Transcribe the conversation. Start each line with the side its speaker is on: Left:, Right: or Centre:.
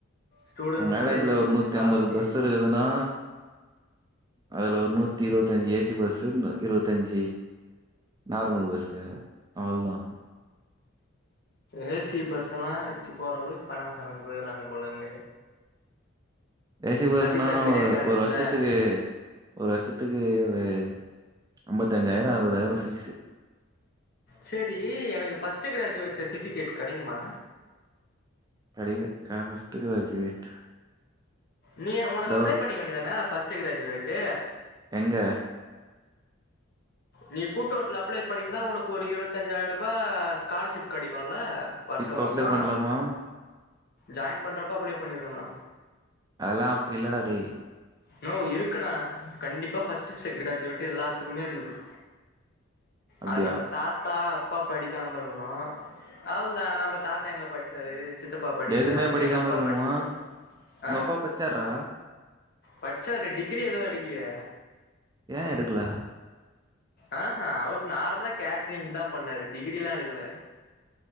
Left: ஸ்டூடெண்ட்ஸுக்கு
Right: எ காலேஜ்ல
Left: ஏசி
Right: ஒரு
Left: பஸ்
Right: நூத்தி
Left: ஸ்டாஃப்ஸ்க்கு
Right: அம்பது பஸ்
Left: ஏசி
Right: இருக்குதுன்னா அதுல ஒரு நூத்தி இருபத்தஞ்சு ஏசி பஸ்சு <unintelligible> இருபத்தஞ்சு நார்மல் பஸ்ஸு அவ்லோதா
Left: ஏசி பஸ் எல்லா வெச்சு போற அளவுக்கு பணம்காரங்க இருக்குறாங்க போலங்க
Right: ஏசி பஸ்ன்னாலு
Left: சவிதா பெரிய
Right: ஒரு
Left: காலேஜ்ல
Right: ஒரு வருஷத்துக்கு ஒரு வருஷத்துக்கு ஒரு அம்பதஞ்சாயிரோ அறுவதுதாயிரோ பீஸ்சு
Left: சேரி எனக்கு ஃபர்ஸ்ட்டு கிராஜுவேட் சர்டிஃபிகேட் கெடைக்குமா
Right: கெடைக்கு <unintelligible> ஃபர்ஸ்ட் கிராஜுவேட்
Left: நீ ஒனக்கு
Right: டவுட்
Left: அப்ளை பண்ணிக்க வேண்டியதான ஃபர்ஸ்ட் கிராஜுவேட்
Right: எங்க
Left: நீ கூட்ரோட்ல அப்ளை பண்ணிருந்தா ஒனக்கு ஒரு இருபத்தஞ்சாயிரம் ரூபா ஸ்காலர்ஷிப் கெடைக்குல வருஷோ
Right: இப்ப
Left: வருஷோ
Right: அப்ளை பண்லாமா
Left: ஜாயின் பண்றப்ப அப்ளை பண்ணிருக்கணு
Right: அதல்லா அப்ப இல்லடா டேய்
Left: நோவ் இருக்குண்ணா கண்டிப்பா ஃபர்ஸ்ட்டு செ கிராஜுவேட்டு எல்லாத்துக்குமே இருக்குது
Right: அப்டியா
Left: அது நம்ப தாத்தா அப்பா படிக்காம இருக்கணு அவ்ள்தா நம்ப தாத்தா எங்க பட்ச்சாரு சித்தப்பா படிக்கல
Right: எதுமே படிக்காம
Left: எங்க அப்பா
Right: இருக்கணுமா
Left: படிக்கல
Right: உங்க
Left: அ
Right: அப்பா பச்சார்றா
Left: பட்ச்சாரு டிகிரி எதுவு எடுக்லையே
Right: ஏ எடுக்கல
Left: அஹ அவர் நார்மலா கேட்ரிங்க் தா பண்ணாரு டிகிரி எல்லா எடுக்கல